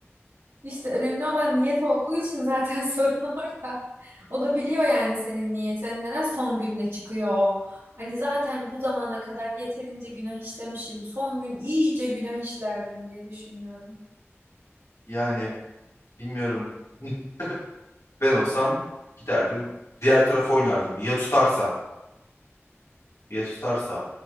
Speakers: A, on the right (about 80°); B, on the left (about 80°).
A: işte önemli olan niyet olduğu için zaten <laughs> sorun orada. O da biliyor yani senin niyetin. Neden son günde çıkıyor o? Hani zaten bu zamana kadar yeterince günah işlemişim. Son gün iyice günah işlerdim diye düşünüyorum.
B: Yani bilmiyorum. <laughs> Ben olsam
A: Hem-
B: giderdim diğer tarafa oynardım. Ya tutarsa, ya tutarsa.